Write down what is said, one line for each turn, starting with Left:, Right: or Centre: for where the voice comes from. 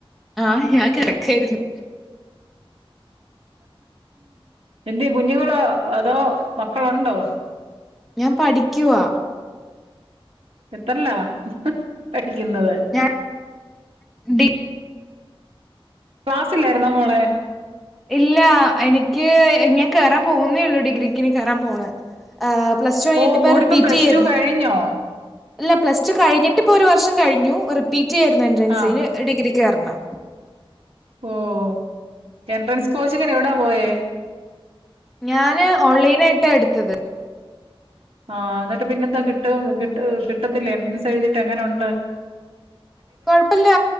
Centre: ആഹ് ഞാൻ കിടക്കാര്ന്നു.
Right: എന്ത്യെ കുഞ്ഞുങ്ങളോ അതോ മക്കളൊണ്ടോ?
Centre: ഞാൻ പഠിക്കുവാ.
Right: എത്രല്ലാ? പഠിക്കുന്നത്
Centre: ഞാൻ <inaudible> ഡി
Right: ക്ലാസ്സ്‌ല്ലാരുന്നോ മോളെ?
Centre: ഇല്ല എനിക്ക് ഞാൻ കേറാൻ പോവുന്നേള്ളൂ, ഡിഗ്ര‌ക്കിന് കേറാൻ പോണ്. പ്ലസ്ടു കഴിഞ്ഞിട്ട്
Right: ഓ
Centre: ഇപ്പ
Right: മോളിപ്പം
Centre: റിപ്പീറ്റ്
Right: പ്ലസ്
Centre: ചെയ്യാര്ന്നു,
Right: ടു കഴിഞ്ഞോ
Centre: ഇല്ല പ്ലസ് ടു കഴിഞ്ഞിട്ട് ഇപ്പൊ ഒരു വർഷം കഴിഞ്ഞു റിപ്പീ റ്റിയാരുന്നു എൻട്രൻസ്
Right: ആഹ്
Centre: ഇനി ഡിഗ്രിക്ക് കേറണം
Right: ഓഹ്, എൻട്രൻസ് കോച്ചിങ്ങിനെവിടാ പോയെ
Centre: ഞാന് ഓൺലൈനാ ട്ടടുത്തത്.
Right: ആഹ് എന്നിട്ട് പിന്നെന്താ കി കിട്ട കിട്ടും കിട്ടത്തില്ല എൻട്രൻസ് എഴുതിട്ട് എങ്ങനൊണ്ട്.
Centre: കുഴപ്പ ഇല്ല